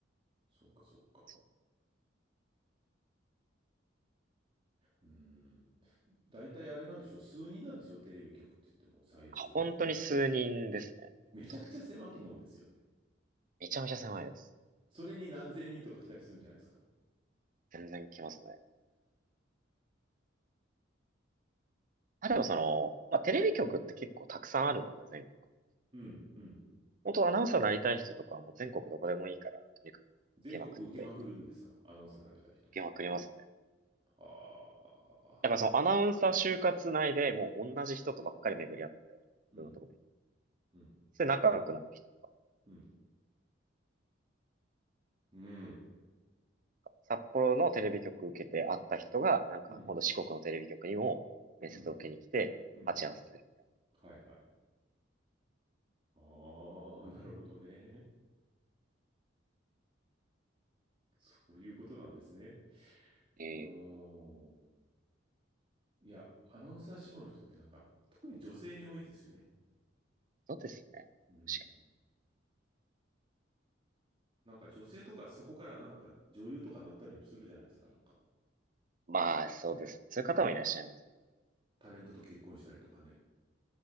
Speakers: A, on the right; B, on the right.
A: そうか、そうか。
B: そう
A: うん。大体あれなんでしょう。数人なんでしょう。テレビ局って言っても採用するって言っても。
B: 本当に数人ですね。
A: めちゃくちゃ狭き門ですよね。
B: 本当に。めちゃめちゃ狭いです。
A: それに何千人とか来たりするんじゃないですか。
B: 全然来ますね。まあ、でもその、まあ、テレビ局って結構たくさんあるので、全国。
A: うん、うん。
B: 本当アナウンサーになりたい人とかはもう全国どこでもいいから、とにかく受けまくって、
A: 全国受けまくるんですか。
B: みたいな。
A: アナウンサーになれた人
B: 受けまくりますね。
A: は。はあ。
B: だからそのアナウンサー就活内でもう同じ人とばっかり巡り合って、
A: うん、
B: いろんなとこ巡り。
A: うん、
B: それで仲良くなる人とか。
A: うん、うん、
B: 札幌のテレビ局受けて会った人が、なんか今度四国のテレビ局にも面接を受けに来て、
A: うん、うん、うん。
B: 鉢合わせする。
A: はい、はい。ああ、なるほどね。そういうことなんですね。
B: ええ
A: うーん。いや、アナウンサー志望の人ってなんか、特に女性に多いですよね。
B: そうですね。
A: うん。
B: 確かに
A: なんか女性とかそこからなんか女優とかなったりもするじゃないですか、なんか。
B: まあ、そうですね。そういう方もいらっしゃいます。
A: タレントと結婚したりとかね。